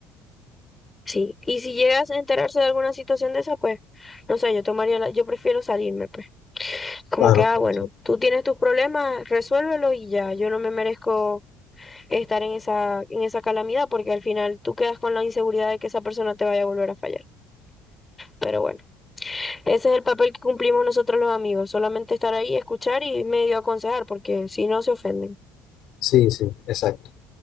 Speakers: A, on the left; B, on the left.
A: sí. Y si llegas a enterarse de alguna situación de esa, pues, no sé, yo tomaría la, yo prefiero salirme, pues. Como
B: Claro,
A: que, ah,
B: claro,
A: bueno,
B: claro.
A: tú tienes tus problemas, resuélvelos y ya. Yo no me merezco estar en esa, en esa calamidad, porque al final tú quedas con la inseguridad de que esa persona te vaya a volver a fallar. Pero bueno. Ese es el papel que cumplimos nosotros los amigos, solamente estar ahí, escuchar y medio aconsejar, porque si no se ofenden.
B: sí, sí, exacto.